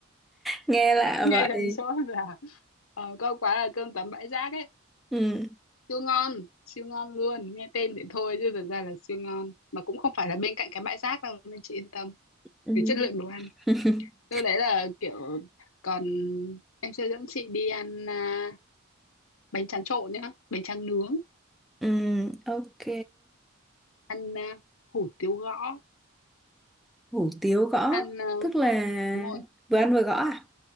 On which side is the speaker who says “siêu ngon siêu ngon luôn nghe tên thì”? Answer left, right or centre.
Left